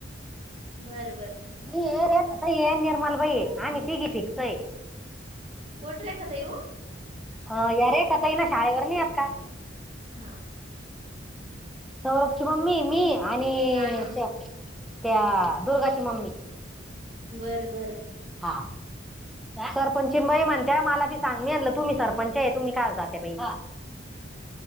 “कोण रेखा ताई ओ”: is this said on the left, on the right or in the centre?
Right